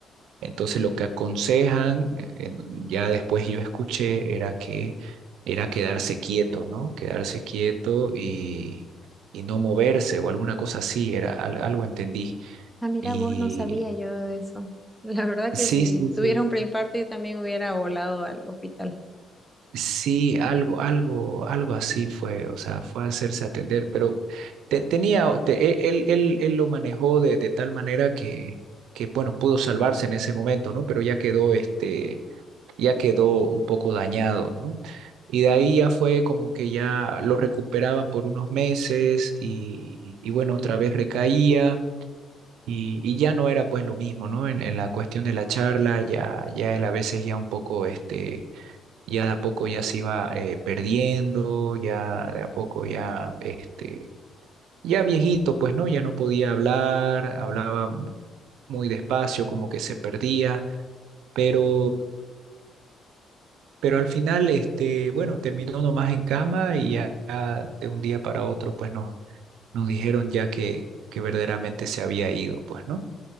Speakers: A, on the right (about 80°); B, in the centre.
A: Entonces lo que aconsejan, eh, en- ya después yo escuché, era que era quedarse quieto, ¿no? Quedarse quieto y, y no moverse o alguna cosa así, era al- algo entendí.
B: Ah, mira,
A: Y
B: vos no sabía yo de eso. <laughs> La verdad
A: sí,
B: que si
A: sí, sí.
B: tuviera un preinfarto yo también hubiera volado al hospital.
A: Sí, algo, algo, algo así fue, o sea, fue a hacerse atender, pero te- tenía, o- te- e, él, él, él lo manejó de, de tal manera que, que, bueno, pudo salvarse en ese momento, ¿no? Pero ya quedó, este, ya quedó un poco dañado, ¿no? Y de ahí ya fue como que ya lo recuperaban por unos meses y, y bueno, otra vez recaía. Y, y ya no era pues lo mismo, ¿no? En, en la cuestión de la charla, ya, ya él a veces ya un poco, este, ya de a poco ya se iba eh, perdiendo, ya de a poco ya, este, ya viejito, pues no, ya no podía hablar, hablaba muy despacio, como que se perdía, pero, pero al final, este, bueno, terminó nomás en cama y ya ya de un día para otro, pues no, nos dijeron ya que, que verdaderamente se había ido, pues no.